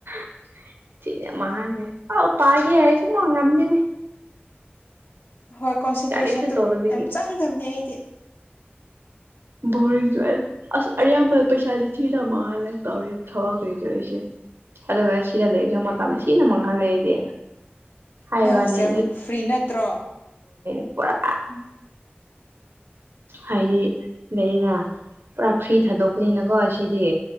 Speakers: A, on the right; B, on the left.
A: <unintelligible>
B: ꯍꯣꯏ ꯀꯣꯟꯁꯦꯟꯇ꯭ꯔꯦꯁꯟꯗꯨ
A: ꯀꯔꯤꯁꯨ ꯇꯧꯗꯕꯤꯗꯤ
B: ꯌꯥꯝ ꯆꯪꯗꯕꯅꯦ ꯑꯩꯗꯤ
A: ꯕꯣꯔꯤꯡ ꯆꯨꯏ ꯑꯁ ꯑꯌꯥꯝꯕ ꯄꯩꯁꯥꯗꯤ ꯊꯤꯅ ꯃꯥꯡꯍꯜꯂꯦ ꯇꯧꯔꯤ ꯊꯕꯛ ꯁꯤꯡꯁꯦ ꯑꯩꯁꯦ ꯑꯗꯨꯒ ꯁꯤꯗ ꯂꯩꯖꯦ ꯃꯇꯝ ꯊꯤꯅ ꯃꯥꯡꯍꯜꯂꯦ ꯑꯩꯗꯤ ꯍꯥꯏ
B: ꯅꯣꯏ
A: ꯋꯥꯅꯦ
B: ꯍꯣꯁꯇꯦꯜ ꯐ꯭ꯔꯤ ꯅꯠꯇ꯭ꯔꯣ
A: <unintelligible> ꯄꯨꯔꯥ
B: ꯎꯝ
A: ꯍꯥꯏꯗꯤ ꯂꯩꯅ ꯄꯨꯔꯥ ꯐ꯭ꯔꯤ ꯊꯥꯗꯣꯛꯄꯅꯤꯅꯀꯣ ꯁꯤꯗꯤ